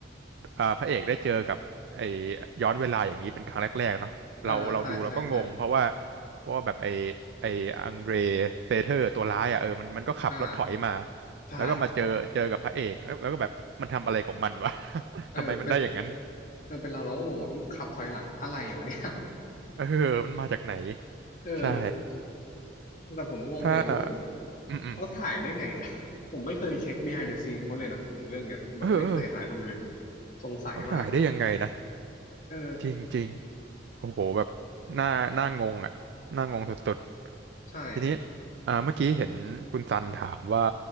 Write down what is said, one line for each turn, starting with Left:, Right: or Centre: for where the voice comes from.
Right: อ่าพระเอกได้เจอกับไอย้อนเวลาอย่างนี้เป็นครั้งแรกๆเนาะเราเราดูเราก็งงเพราะว่า
Left: อ่าใช่ใช่ใช่
Right: เพราะว่าแบบไอไออังเดรเซเทอร์ตัวร้ายอ่ะเออมันมันก็ขับรถถอยมา
Left: อ่าใช่
Right: แล้วก็มาเจอเจอกับพระเอกแล้วแล้วก็แบบมันทำอะไรของมันวะ <laughs>
Left: เออเป็น
Right: ทำไมมันได้อย่างนั้น
Left: เออเป็นเราเราก็งงแบบมึงขับถอยหลังอะไรวะเนี่ย
Right: เออมันมาจากไหน
Left: เออ
Right: ใช่
Left: แต่ผมงงอย่างนึงว่าแบบ
Right: ถ้าอืมอืม
Left: เขาถ่ายได้ไงอ่ะผมไม่เคยเช็ค behind the scene เขาเลยนะของเรื่องเนี้ยแบบไม่เคยหาดูเลย
Right: เออเออ
Left: สงสัยมาก
Right: เขาถ่ายได้ยังไงนะ
Left: เออ
Right: จริงจริง โอ้โหแบบหน้าหน้างงอ่ะหน้างงสุดๆทีนี้
Left: ใช่
Right: อ่าเมื่อกี้เห็นคุณซันถามว่า